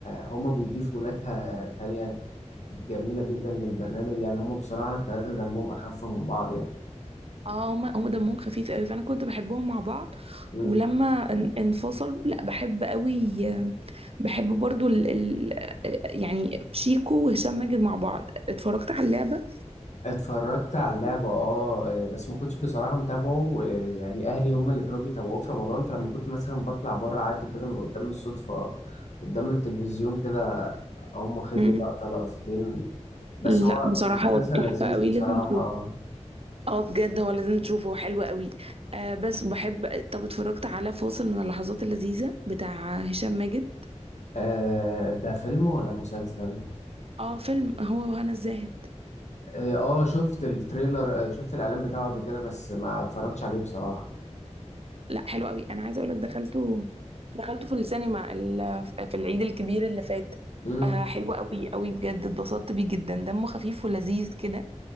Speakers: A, on the left; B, on the right.
A: هم بيضيفوا نكهه تانية جميله جدا للبرنامج يعني هم بصراحه الثلاثه دمهم اخف من بعض
B: اه هم هم دمهم خفيف قوي فانا كنت بحبهم مع بعض
A: يعني
B: ولما ان- انفصلوا لا بحب قوي آه، بحب برضو ال... ال... آه، يعني شيكو وهشام ماجد مع بعض اتفرجت على اللعبة
A: اتفرجت على اللعبة اه آه، بس ما كنتش بصراحة متابعه آه، يعني اهلي هم اللي كانوا بيتابعوه في رمضان فلما كنت مثلا بطلع بره عادي كده من قدام الصدفة قدام التلفزيون كده هم واخد
B: امم
A: لي لقطة لقطتين بس
B: لا
A: هو
B: بصراحة
A: مسلسل
B: هو تحفة
A: لذيذ
B: قوي
A: بصراحة
B: لازم تشوف.
A: آه
B: اه بجد هو لازم تشوفه هو حلو قوي آه بس بحب طب اتفرجت على فاصل من اللحظات اللذيذة بتاع هشام ماجد
A: آه، ده فيلم ولا مسلسل؟
B: اه فيلم هو وهنا الزاهد
A: اه آه، شفت التريلر آه، شفت الاعلان بتاعه قبل كده بس ما اتفرجتش عليه بصراحة
B: لا حلو قوي انا عايزه اقول لك دخلته دخلته في السينما ال- في العيد الكبير اللي فات
A: امم
B: آه حلو قوي قوي بجد اتبسطت بيه جدا دمه خفيف ولذيذ كده